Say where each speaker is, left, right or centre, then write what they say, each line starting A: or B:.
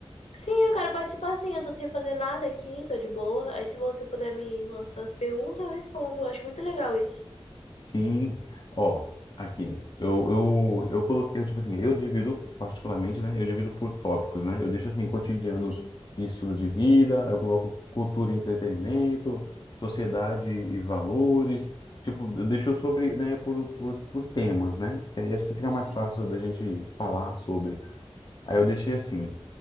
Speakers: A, on the left; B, on the left.
A: Sim, eu quero participar sim, eu tô sem fazer nada aqui, tô de boa. Aí se você puder me lançar as perguntas, eu respondo. Eu acho muito legal isso.
B: Sim, ó, aqui, eu, eu, eu coloquei, eu, tipo assim, eu divido particularmente, né, eu divido por tópicos, né, eu deixo assim, cotidianos
A: Sim,
B: e estilo de vida, eu coloco cultura e entretenimento, sociedade e valores, tipo, eu deixo sobre, né, por, por, por temas, né, que aí acho que fica mais
A: sim.
B: fácil da gente falar sobre. Aí eu deixei assim,